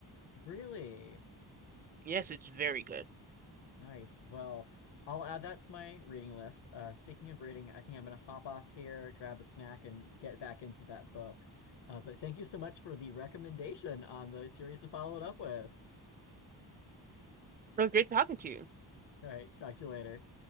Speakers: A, on the left; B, on the right.
A: Really?
B: Yes, it's very good.
A: Nice. Well, I'll add that to my reading list. Uh, speaking of reading, I think I'm going to hop off here, grab a snack, and get back into that book. Uh, but thank you so much for the recommendation on the series to follow it up with.
B: It was great talking to you.
A: All right, talk to you later.